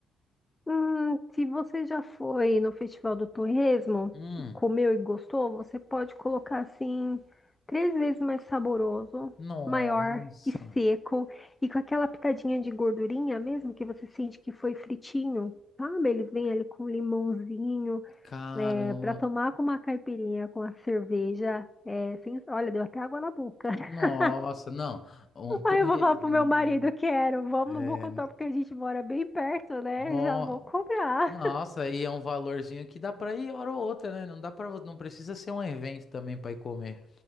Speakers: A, on the left; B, on the left.
A: Hum, se você já foi no Festival do Torresmo,
B: Hum,
A: comeu e gostou, você pode colocar assim três vezes mais saboroso,
B: nossa,
A: maior e seco, e com aquela pitadinha de gordurinha mesmo que você sente que foi fritinho, sabe? Eles vêm ali com limãozinho,
B: caramba.
A: é, para tomar com uma caipirinha, com a cerveja. É, sem- olha, deu até água na boca. <laughs>
B: Nossa, não, um torresminho.
A: Aí eu vou falar pro meu marido, quero, vamos
B: É,
A: no Mocotó, porque a gente mora bem perto, né?
B: no,
A: Já vou comprar.
B: nossa, aí é um valorzinho que dá pra ir hora ou outra, né? Não dá para, não precisa ser um evento também pra ir comer.